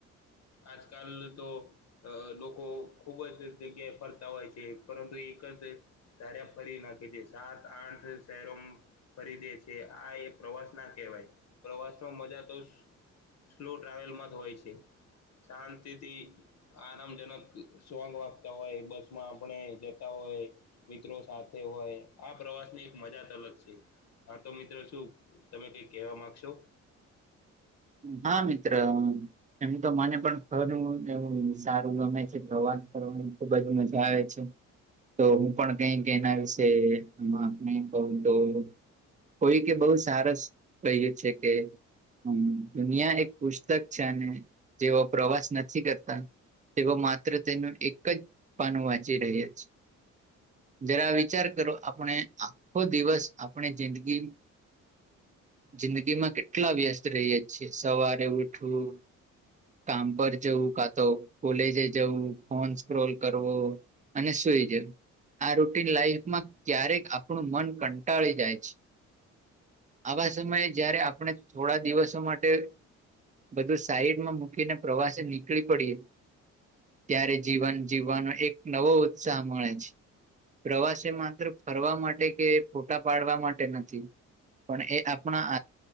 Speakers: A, on the left (about 60°); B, on the right (about 25°).
A: આજ કાલ તો અ લોકો ખુબ જ જગ્યાએ ફરતા હોય છે પરંતુ એક જ, <unintelligible> ફરી નાખી છે સાત આઠ શહેરો. ખરીદે છે, આ એ પ્રવાસ ના કહેવાય પ્રવાસ નો મજા તો. સ્લો ટ્રાવેલમાં હોય છે, શાંતિથી આરામજનક સોંગ વાગતા હોય, બસ માં આપણે જતા હોય. મિત્રો સાથે હોય, આ પ્રવાસ ની એક મજા જ અલગ છે. હા તો મિત્ર, શું તમે કઈ કહેવા માંગશો?
B: હા, મિત્ર. એમ તો મને પણ ખરું એવું સારું ગમે છે પ્રવાસ કરવાની ખુબજ મજા આવે છે. તો હું પણ કઈક એના વિશે <unintelligible> કવ તો કોઈ કે બઉ સારસ કહ્યું છે કે હમ્મ, દુનિયા એક પુસ્તક છે અને જેઓ પ્રવાસ નથી કરતા તેવો માત્ર તેનું એક જ પાનું વાંચી રહ્યાં છે. જરા વિચાર કરો આપણે આખો દિવસ આપણી જિંદગી જિંદગીમાં કેટલા વ્યસ્ત રહીએ છીએ, સવારે ઉઠવું કામ પર જવું, કાતો કોલેજે જવું, ફોન સ્ક્રોલ કરવો. અને સુઈ જવું. આ રૂટીન લાઈફમાં ક્યારેક આપણું મન કંટાળી જાય છે. આવા સમયે જયારે આપણે થોડા દિવસો માટે, બધું સાઈડમાં મૂકીને પ્રવાસે નીકળી પડીએ ત્યારે જીવન જીવવાનો એક નવો ઉત્સાહ મળે છે. પ્રવાસે એ માત્ર ફરવા માટે કે ફોટા પાડવા માટે નથી. પણ એ આપણા-